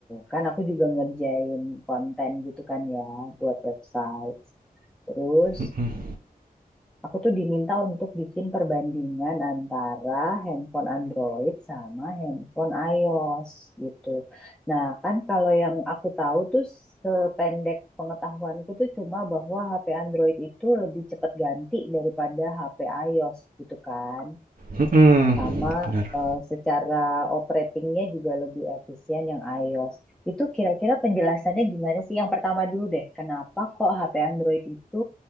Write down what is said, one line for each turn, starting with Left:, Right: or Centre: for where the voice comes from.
Centre: Kan aku juga ngerjain konten gitu kan ya, buat website. Terus
Right: Mm-mm.
Centre: Aku tuh diminta untuk bikin perbandingan antara handphone Android sama handphone iOS gitu. Nah, kan kalau yang aku tahu tuh sependek pengetahuanku tuh cuma bahwa HP Android itu lebih cepat ganti daripada HP iOS gitu kan.
Right: Mm-mm.
Centre: Sama
Right: Benar.
Centre: eh, secara operatingnya juga lebih efisien yang iOS. Itu kira-kira penjelasannya gimana sih? Yang pertama dulu deh, kenapa kok HP Android itu